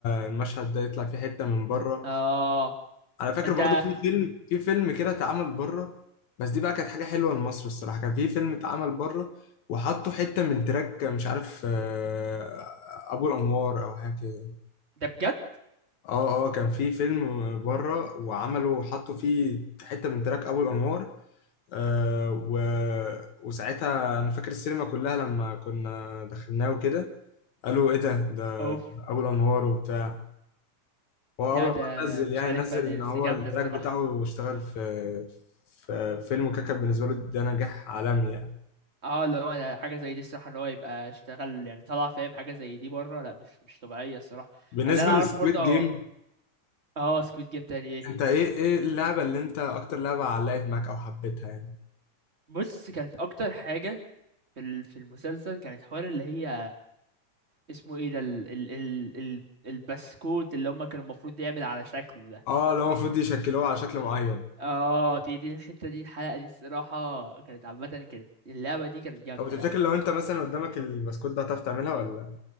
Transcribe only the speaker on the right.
اه
انت
ده بجد
اوف
لا
ده
مش
عارفها
دي
بس
جامده
الصراحه
اه لو انا حاجه زي دي الصراحه ان هو يبقى اشتغل يعني طلع فاهم حاجه زي دي بره لا مش مش طبيعيه الصراحه
اللي انا اعرفه
برضه
اه سكويد جيم تاني ايه
بص كانت اكتر حاجه في ال- في المسلسل كانت حوار اللي هي اسمه ايه ده ال ال ال ال البسكوت اللي هما كانوا المفروض يعمل على شكله ده
اه دي دي الحتة دي الحلقة دي الصراحة كانت عامة كانت اللعبة دي كانت جامدة
لا يعني